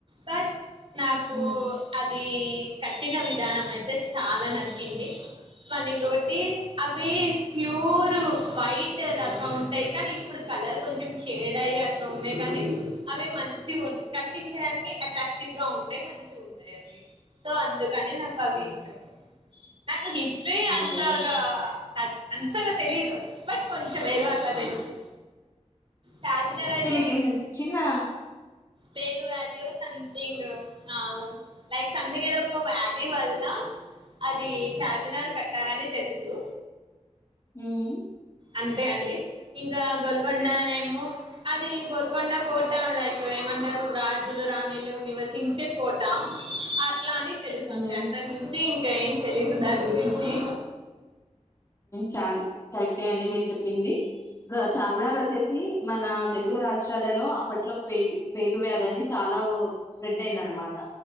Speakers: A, on the right (about 50°); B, on the left (about 25°).
A: బట్ నాకు
B: మ్మ్.
A: అది కట్టిన విదా విధానం అయితే చాలా నచ్చింది మళ్ళీ ఇంకొటి అవి ప్యూర్ వైట్ లాగా ఉంటాయి కానీ ఇప్పుడు కలర్ కొంచెం షేడ్ అయ్యి ఉన్నాయి కానీ అవి మంచి కనిపించడానికి అట్రాక్టివ్ గా ఉంటాయి మంచిగా ఉంటాయండి సో అందుకు కానీ నాకు అవి
B: అవును.
A: ఇష్టం నాకు హిస్ట్రీ
B: ఓకే
A: అంతాగా అంతగా తెలీదు బట్ కొంచెం ఏదో అట్లా తెలుసు చార్మీనార్
B: కే చినా
A: పేగు వ్యాధో సంథింగ్ ఆ లైక్ సంథింగ్ ఏదో ఒక వ్యాధి వల్ల అది చార్మినార్ కట్టారని తెలుసు
B: ఉం
A: అంతే అండి ఇంకా గోల్కొండనే ఏమో అది గోల్కొండ కోట లైక్ ఏమంట రాజులు రాణిలు నివసించే కోట అట్లాని తెలుసు
B: మ్మ్.
A: అంతే అంత మించిం కా ఏం తెలీదు దాని గురించి
B: చాల కరెక్టే అండి మీరు చెప్పింది చార్మినార్ వచ్చేసి మన తెలుగు రాష్ట్రాలలో అప్పట్లో పేగు పేగు వ్యాధిని చాలా స్ప్రెడ్ అయింద అనమాట